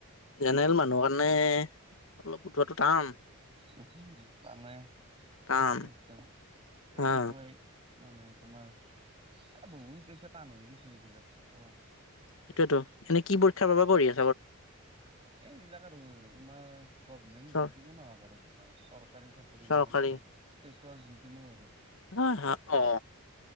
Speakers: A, on the left (about 60°); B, on the right (about 25°).
A: জেনেৰেল মানুহৰ কাৰণে অলপ উঠোৱাটো টান।
B: অহ। মানে
A: টান
B: বহুত তেনেকুৱাই।
A: হা
B: মানে তোমাৰ এ, বহুত এতিয়া টান হৈ গৈছে, এইবিলাক কোৱা?
A: সেইটোয়েতো এনে কি বোৰ্ত <unintelligible>
B: এইবিলাক আৰু তোমাৰ গভমেন্ট
A: চৰ
B: যিকোনো নহক আৰু। চৰকাৰী, চাকৰি
A: চৰকাৰী
B: মানে ষ্টেটৰ যিকিনো আৰু
A: হয় হয় অ